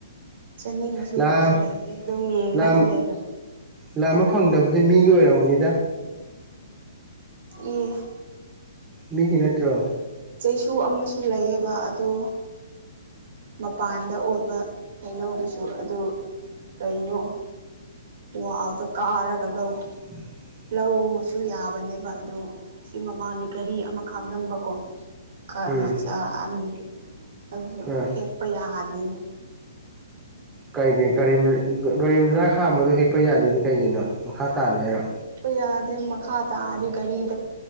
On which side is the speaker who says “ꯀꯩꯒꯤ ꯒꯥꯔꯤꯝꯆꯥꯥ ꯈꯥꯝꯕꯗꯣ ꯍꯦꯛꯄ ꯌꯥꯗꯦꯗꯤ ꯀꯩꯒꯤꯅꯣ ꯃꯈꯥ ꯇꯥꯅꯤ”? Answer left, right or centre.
Right